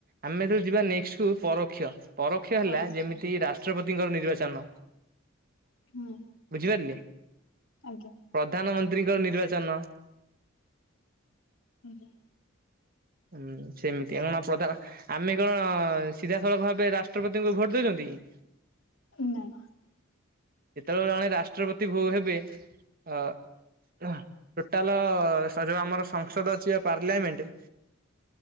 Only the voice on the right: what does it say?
ଆମେ ଯେତଳେ ଯିବା ନେକ୍ସଟ୍ କୁ ପରୋକ୍ଷ ପରୋକ୍ଷ ହେଲା
ଯେମିତି ରା ଷ୍ଟ୍ରପତିଙ୍କର ନିର୍ବାଚନ।
ବୁଝିପାରିଲେ।
ପ୍ରଧାନମନ୍ତ୍ରୀଙ୍କର ନିର୍ବାଚନ।
ହୁଁ ସେମିତି କଣ ପ୍ରଧାନ ଆମେ କଣ ସିଧାସଳଖ ଭାବେ ରାଷ୍ଟ୍ରପତିଙ୍କୁ ଭୋଟ ଦେଇଛନ୍ତି କି?
ଯେତେବେଳେ ଜଣେ ରାଷ୍ଟ୍ରପତି ଭୋଉ ହେବେ। ଅ ଆ ଟୋଟାଲ ଯୋଉ ଆମର ସଂସଦ ଅଛି ବା ପାର୍ଲାମେଣ୍ଟ।